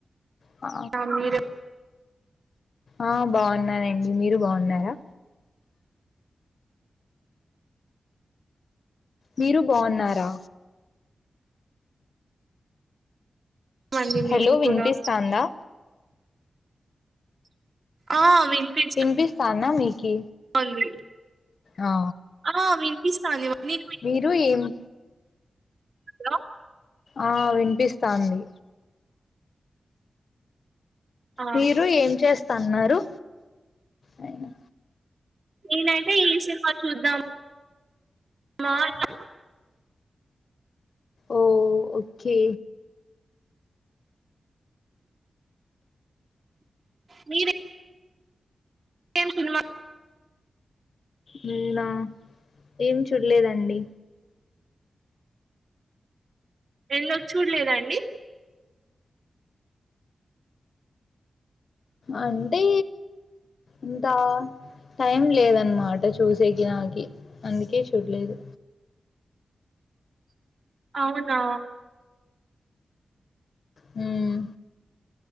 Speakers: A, on the left; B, on the right.
A: ఆ
B: ఆ మీరు
A: ఆ బావున్నానండి మీరు బావున్నారా మీరు బావున్నారా
B: మీరేమండి
A: హలో
B: మీరు
A: వినిపిస్తాందా
B: కూడా ఆ వినిపి
A: వినిపిస్తాందా మీకి
B: స్తోంది
A: ఆ
B: ఆ వినిపిస్తాంది నీకు వి
A: రు ఏమి
B: హలో
A: ఆ వినిపిస్తాంది
B: ఆ
A: మీరు ఏం చేస్తన్నారు నేను
B: నేనైతే ఏం సినిమా చూద్దాం మా అని
A: ఓ ఓకే
B: మీరే ఏం సినిమా
A: నేనా ఏం చూడలేదండి
B: ఎందుకు చూడలేదండి
A: అంటే ఇంతా టైం లేదన్నమాట చూసేకి నాకి అందుకే చూడలేదు
B: అవునా
A: ఉమ్